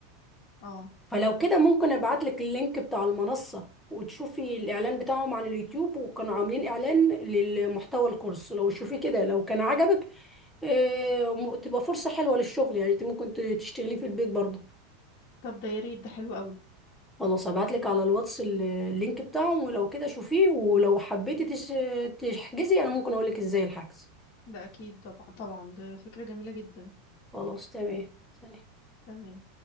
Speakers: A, on the left; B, in the centre.
A: اه
B: فلو كده ممكن ابعتلك اللينك بتاع المنصة وتشوفي الاعلان بتاعهم على اليوتيوب وكانوا عاملين اعلان للمحتوى الكورس لو شوفي كده لو كان عجبك آه، م- تبقى فرصة حلوة للشغل يعني انت ممكن ت- تشتغليه في البيت برضه
A: طب ده يا ريت ده حلو قوي
B: خلاص هبعتلك على الواتس ال- اللينك بتاعهم ولو كده شوفيه ولو حبيتي تش- تحجزي انا ممكن اقولك ازاي الحجز
A: ده اكيد طبعا طبعا ده فكرة جميلة جدا
B: خلاص تمام سلام
A: تمام